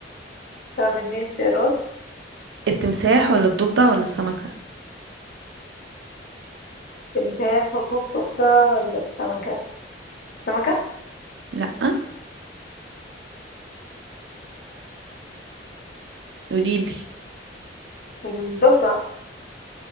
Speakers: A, on the left; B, on the right.
A: طب اديني اختيارات
B: التمساح ولا الضفدع ولا السمكة
A: الفراخ والبط أختها ولا السمكة السمكة
B: لا قوليلي
A: الضبع